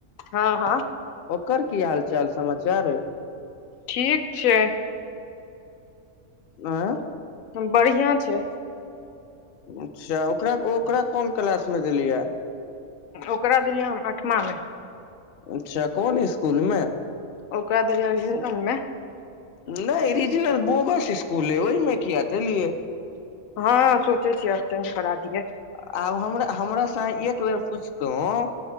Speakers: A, on the left (about 80°); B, on the left (about 55°).
A: हँ हँ
B: ओकर की हाल चाल समाचार अय
A: ठीक छै
B: आँ
A: बढ़ियां छै
B: अच्छा ओकरा ओकरा कोन क्लास में देलियै या
A: ओकरा देलियै हम अठमा मे
B: अच्छा कोन इसकुल मे
A: ओकरा देलीया अभीजनलमे
B: नहि रिजनल बोगस स्कुल है ओहिमें किया देलियै
A: हँ सोचे छियै आब चेंज करा दिये
B: आब हमरा हमरा सा एक बेर पूछ कहहु